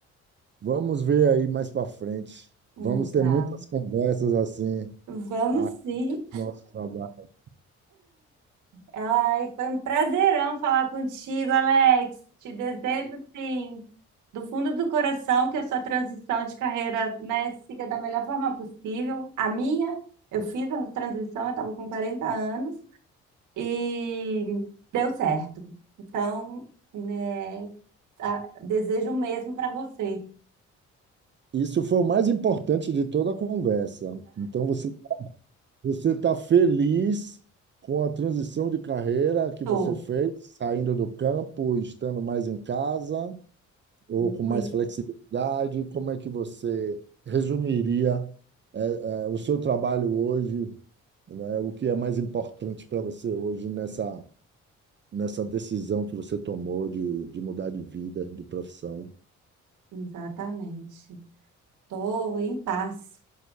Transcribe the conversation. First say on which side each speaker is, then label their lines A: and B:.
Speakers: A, on the right; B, on the right.
A: Vamos ver aí mais para frente.
B: exato.
A: Vamos ter muitas conversas assim,
B: Vamos
A: a
B: sim.
A: nosso trabalho.
B: Ai, foi um prazerão falar contigo, Alex. Te desejo, sim, do fundo do coração, que a sua transição de carreira, né, siga da melhor forma possível. A minha, eu fiz a transição, eu estava com 40 anos e deu certo. Então, né, a- desejo o mesmo para você.
A: Isso foi o mais importante de toda a conversa. Então você você está feliz com a transição de carreira que
B: Tô,
A: você fez, saindo do campo, estando mais em casa. ou com
B: muito,
A: mais flexibilidade? Como é que você resumiria, eh, eh, o seu trabalho hoje, né? O que é mais importante para você hoje nessa, nessa decisão que você tomou de, de mudar de vida, de profissão?
B: exatamente. Tô em paz,